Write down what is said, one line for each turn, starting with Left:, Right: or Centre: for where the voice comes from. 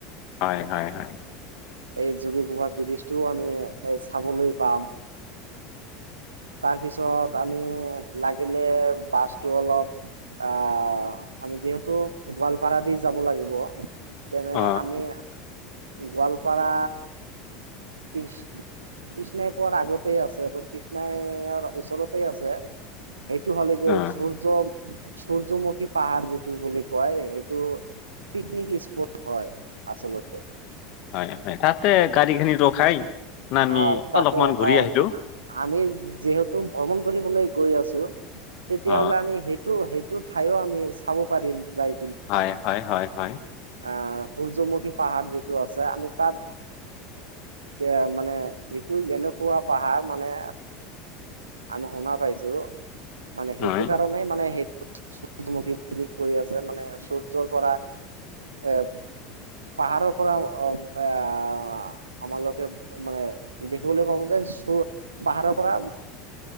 Left: হয়, হয়, হয়।
Right: এই যোগীঘোপা ব্ৰিজটোও আমি চাবলৈ পাম। তাৰপিছত আমি লাগিলে বাছটো অলপ আ আমি যিহেতু গোৱালপাৰা দি যাব লাগিব তেনে
Left: অ
Right: আমি গোৱালপাৰা, কি কৃষ্ণাই পোৱাৰ আগতেই আছে কৃষ্ণাইৰ ওচৰতেই আছে। সেটো হ'লে যে
Left: অ
Right: সূৰ্য সূৰ্যমুখী পাহাৰ যিটো বুলি কয়, সেইটো পিকনিক স্পট হয় আচলতে।
Left: হয়, হয়, তাতে গাড়ীখিনি ৰখাই নামি
Right: হয়, তাতে
Left: অলপমান ঘূৰি
Right: হয়,
Left: আহিলো
Right: আমি যিহেতু ভ্ৰমণ কৰিবলৈ গৈ আছো তেতিয়াহ'লে
Left: অ
Right: আমি সেইটো, সেইটো ঠাইও আমি চাব পাৰিম যাই।
Left: হয়, হয়, হয়, হয়।
Right: অ', সূৰ্যমুখী পাহাৰ যিটো আছে আমি তাত এয়া, মানে সিটো এনেকুৱা পাহাৰ মানে আমি শুনা পাইছো মানে,
Left: হয়
Right: সেইটো কাৰণে মানে, সেই সূৰ্যমুখী বুলি কৈ আছে, মানে, সূৰ্যৰ পৰা <unintelligible> পাহাৰৰ পৰা অ আহ আমালোকে মানে, দেখিবলৈ পাব যে পাহাৰৰ পৰা